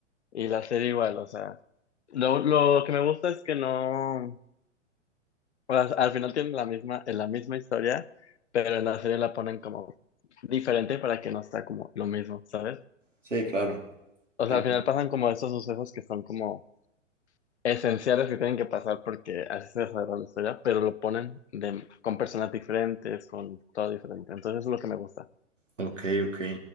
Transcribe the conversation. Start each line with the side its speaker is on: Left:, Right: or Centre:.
Left: y la serie igual, o sea. Lo, lo que me gusta es que no. O sea, al final tienen la misma, eh, la misma historia, pero en la serie la ponen como diferente para que no sea como lo mismo, ¿sabes?
Right: Sí, claro.
Left: O
Right: Entiendo.
Left: sea, al final pasan como estos sucesos que son como esenciales que tienen que pasar porque así se desarrolla la historia, pero lo ponen de, con personas diferentes, con todo diferente. Entonces eso es lo que me gusta.
Right: Ok, ok.